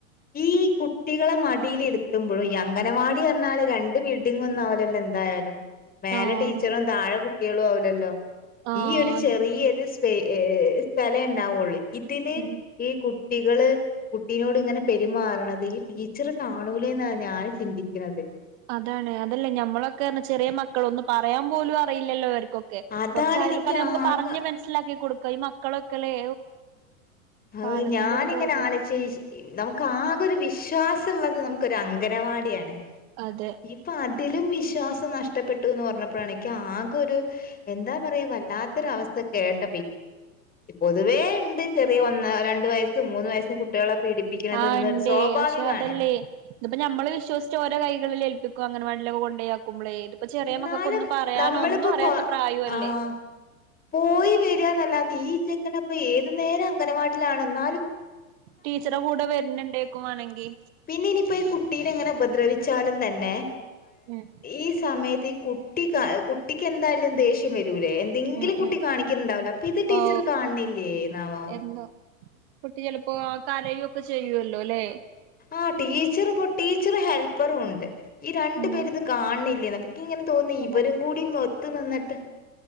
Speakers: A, on the left; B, on the right.
A: ഈ കുട്ടികളെ മടിൽ എത്തുമ്പോഴ ഈ അംഗനവാടി പറഞ്ഞാല് രണ്ട് ബിൽഡിംഗ ഒന്നുംാവില്ലല്ലോ എന്തായാലും മേലെ
B: ആഹ്
A: ടീച്ചറും താഴെ കുട്ടികളും ആവില്ലല്ലോ
B: ആഹ്
A: ഈ ഒരു
B: അതെ
A: ചെറിയൊരു
B: അതെ
A: സ്പേ സ്ഥല ഉണ്ടാവുള്ളൂ ഇതില്
B: ഉം
A: ഈ കു കുട്ടികള് കുട്ടിനോട് ഇങ്ങനെ പെരുമാറത് ഈ ടീച്ചറ് കാണൂലേ എന്നാണ് ഞൻ ചിന്തിക്കുന്നത്
B: അതാണ് അതല്ലേ ഞമ്മളൊക്കെ പറ ചെറിയ മക്കള ഒന്നും പറയാൻ പോലും അറിയില്ലല്ലോ അവർക്ക് ക്കെ
A: അതാണ്
B: കുറച്ച അയൾക്കട
A: എനിക്ക്
B: നമുക്ക്
A: ആകെ
B: പറഞ്ഞഞ് മനസ്സിലാക്കി കൊടുക്കാം ഈ മക്കളൊക്കെല്ലേ
A: ആ
B: കാലത്തിന്റെ
A: ഞാനിങ്ങനെ
B: ഒരു ഇത്
A: ആലോച നമുക്ക് ആകെ ഒരു വിശ്വാസം ഇള്ളത് നമുക്കൊരു അംഗനവാടിയാണ്
B: അതെ
A: ഇപ്പ അ അതിലും വിശ്വാസം നഷ്ടപ്പെട്ടു എന്ന് പറഞ്ഞപ്പോഴാണക്ക് ആകെൊ ഒരു എന്താ പറയാുക വല്ലാത്തര അവസ്ഥ കേട്ട പൊതുവേ ഉണ്ട് ചെറിയ ഒന്ന് രണ്ട വയസും മൂന്ന് വയസ്സും കുട്ടികളെ പീഡിപ്പിക്കണത്
B: ആ
A: ഇന്നൊരു
B: ഉണ്ടേ
A: സ്വാഭാവികമാണ്
B: പക്ഷെ അതല്ലേ ഇതിപ്പോ ഞമ്മള് വിശ്വസച്ച് ഓരോ കൈകളിൽ ഏൽപ്പിക്ക അങ്ങന വണ്ടൊക്ക കൊയാക്കുമ്പോളേ തിപ്പോൊ ചെറിയ
A: എന്നാലും
B: മക്കൊക്ക ഒന്നും പറയാന
A: നമ്മളിപ്പോ
B: ഒന്നും അറിയാത്ത
A: കൊ
B: പ്രായ അല്ലേ
A: ആഹ് പോയി വരികന്നല്ലാതെ ഈച്ചക്കന അപ്പൊ ഏത് നേരം അങ്കനവാടിലാണ എന്നാൽ
B: ടീച്ചറെ കൂടെ വരുന്ന ഉണ്ടേക്കുവാണെങ്കിൽ
A: പിന്നെ ഇനിപ്പോ ഈ കുട്ടിൽ എങ്ങനെ ഉപദ്രവിച്ചാലും തന്നെ
B: ഉം
A: ഈ സമയത്ത് കുട്ട കുട്ടി എന്ത എന്തായാലും ദേഷ്യം വരൂലേ എന്തെങ്കിലും
B: ഉം
A: കുട്ടി
B: ഉം
A: കാണിക്കുന്നുണ്ടാവലോ അപ്പൊ ഇത് ടീച്ചർ
B: ഓ
A: കാണില്ലേ എന്നാവോ
B: എന്തോ കുട്ടി ചെിലപ്പോ കരയയും ഒക്കെ ചെയ്യുവല്ലോ അല്ലേ
A: ആ ടീച്ചർ ടീച്ചർ ഹെൽപ്പറും ഉണ്ട് ഈ രണ്ടു
B: ഉം
A: പേര് ഇത് കാണണില്ലേ നക്ക് ഇങ്ങനെ തോന്നുന്നു
B: അതാണ്
A: ഇവരും കൂടും ഒത്ത നിന്നിട്ട്